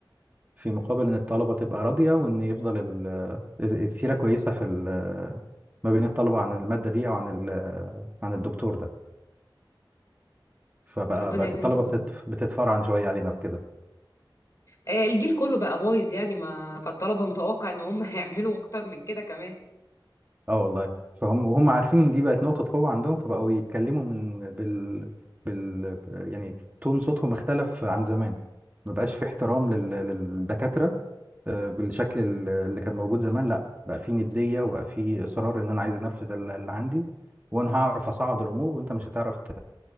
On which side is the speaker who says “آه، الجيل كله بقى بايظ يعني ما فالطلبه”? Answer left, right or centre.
Left